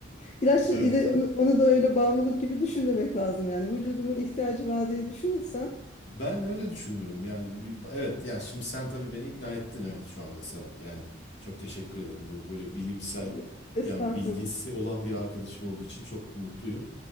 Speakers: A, on the left; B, on the left.
A: İlaç
B: Evet.
A: ile onu, onu da öyle bağımlılık gibi düşünmemek lazım yani. Vücudumun ihtiyacı var diye düşünürsen
B: Ben öyle düşünüyorum. Yani bir- evet yani şimdi sen tabii beni ikna ettin evet şu anda Serap. Yani çok teşekkür ederim. Bu böyle bilimsel
A: e, estağfurullah.
B: yani bilgisi olan bir arkadaşım olduğu için çok mutluyum.